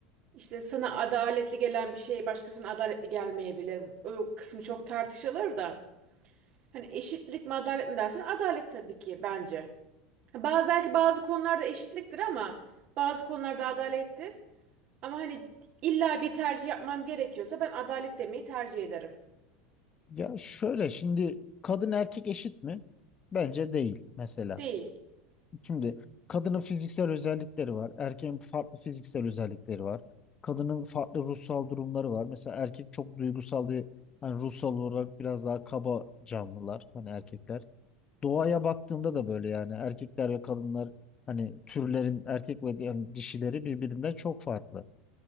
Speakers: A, on the right; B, on the left.
A: İşte sana adaletli gelen bir şey başkasına adaletli gelmeyebilir. O kısmı çok tartışılır da. Hani eşitlik mi adalet mi dersen adalet tabii ki bence. Ha, Bazı belki bazı konularda eşitliktir ama bazı konularda adalettir. Ama hani illa bir tercih yapmam gerekiyorsa ben adalet demeyi tercih ederim.
B: Ya şöyle şimdi kadın erkek eşit mi? Bence değil mesela.
A: Değil.
B: Şimdi kadının fiziksel özellikleri var. Erkeğin farklı fiziksel özellikleri var. Kadının farklı ruhsal durumları var. Mesela erkek çok duygusal diye hani ruhsal olarak biraz daha kaba canlılar hani erkekler. Doğaya baktığında da böyle yani erkekler ve kadınlar hani türlerin erkek ve yani dişileri birbirinden çok farklı.